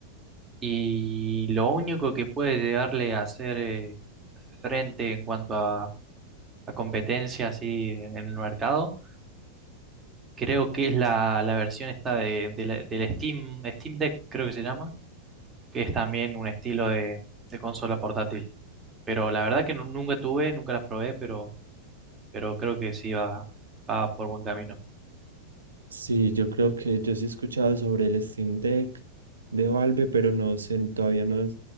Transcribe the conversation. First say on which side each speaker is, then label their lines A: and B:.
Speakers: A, on the right; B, on the right.
A: Y lo único que puede llegarle a hacer eh, frente en cuanto a, a competencia así en el mercado, creo que es la, la versión esta de, de la- del Steam, Steam Deck, creo que se llama, que es también un estilo de, de consola portátil. Pero la verdad que nu- nunca tuve, nunca las probé, pero, pero creo que sí va, va por buen camino.
B: Sí, yo creo que yo sí he escuchado sobre el Steam Deck de Valve, pero no sé, todavía no,